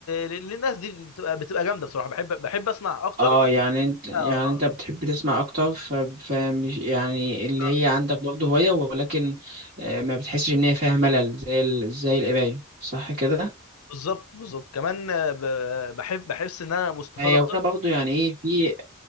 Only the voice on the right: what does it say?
اه يعني انت يعني
انت بتحب تسمع اكتر ف... فمش يعني اللي
هي عندك برضه هواية ولكن آه، ما بتحسش ان هي فيها ملل زي ال... زي القراية صح كده
هي
وانا برضه يعني ايه في